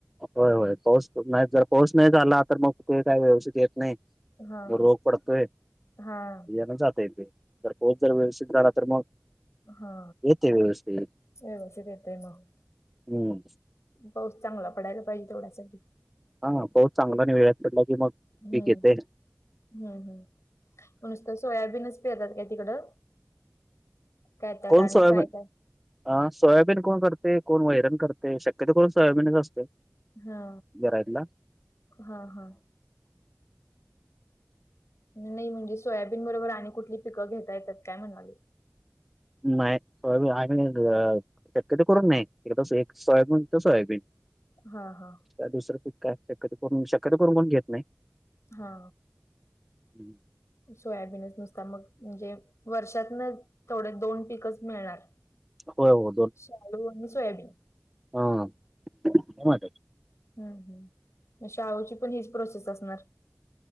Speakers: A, in the centre; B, on the left.
A: होय होय पाऊस नाही जर पाऊस नाही झाला तर मग ते काही व्यवस्थित येत नाही.
B: हां,
A: रोग पडतय.
B: हां.
A: ह्यान जातय ते तर पाऊस जर व्यवस्थित राहिला तर मग
B: हा
A: येते व्यवस्थित
B: व्यवस्थित येतंय मग.
A: हम्म
B: पाऊस चांगला पडायला पाहिजे तेवढ्या साठी.
A: हा पाऊस चांगला आणि वेळात पडला की मग
B: हम्म
A: पीक
B: हम्म
A: येते
B: हम्म हम्म म नुसतं सोयाबीनच पेरतात काय तिकडं काय त्यात
A: कोण
B: आणि
A: सोया
B: काय
A: बीन.
B: काय?
A: हा सोयाबीन कोण करते. कोण वैरण करते. शक्यतो करून सोयाबीनच असते.
B: हा
A: घरातला
B: हा हा. नाही म्हणजे सोयाबीन बरोबर आणि कुठली पिकं घेता येतात काय म्हणालोय.
A: नाही. सोया <unintelligible> शक्यतो करून नाही, एक कस एक सोयाबीन तर सोयाबीन.
B: हा हा
A: काय दुसरं पीक काय शक्य शक्यतो करून कोण घेत नाही.
B: हा.
A: हम्म.
B: सोयाबीनच नुसता मग म्हणजे वर्षातन थोडे दोन पीकच मिळणार.
A: होय हो
B: शाळु आणि सोयाबीन.
A: हा. काय <unintelligible>
B: हम् हम् शालूची पण हीच प्रोसेस असणार.